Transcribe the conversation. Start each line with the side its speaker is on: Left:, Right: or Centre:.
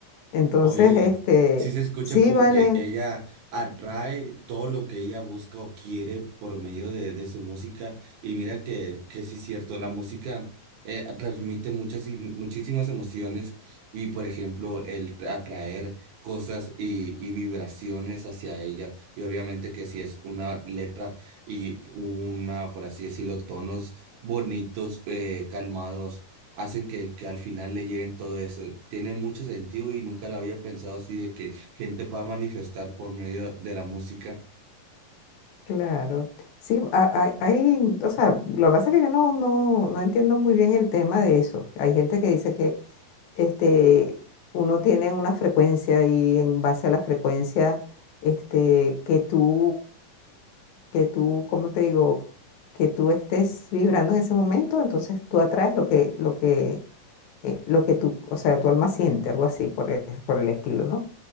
Left: Entonces,
Right: Oye,
Left: este,
Right: sí se escucha
Left: sí,
Right: como
Left: vale,
Right: que ella atrae todo lo que ella busca o quiere por medio de, de su música. Y mira que, que sí es cierto, la música eh, transmite muchas, y- muchísimas emociones y, por ejemplo, el atraer cosas y, y vibraciones hacia ella. Y obviamente que si es una letra y una, por así decirlo, tonos bonitos, eh, calmados hacen que, que al final le lleguen todo eso. Tiene mucho sentido y nunca lo había pensado así de que gente pueda manifestar por medio de la música.
Left: claro. Sí, a- a- hay, o sea, lo que pasa es que yo no, no, no entiendo muy bien el tema de eso. Hay gente que dice que este, uno tiene una frecuencia y en base a la frecuencia este, que tú, que tú, ¿cómo te digo? Que tú estés vibrando en ese momento, entonces tú atraes lo que, lo que, eh, lo que tú, o sea, tu alma siente, algo así por el, por el estilo, ¿no?